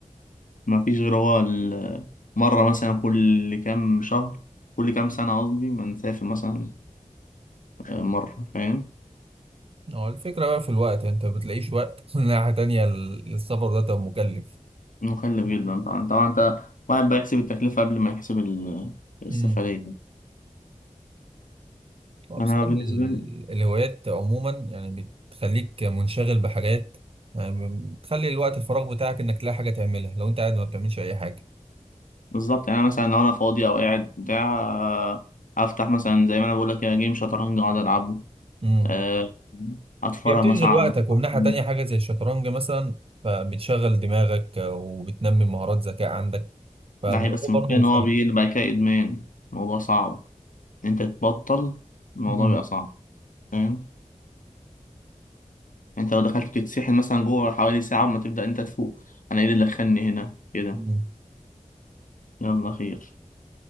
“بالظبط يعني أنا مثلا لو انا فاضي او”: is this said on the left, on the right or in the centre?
Left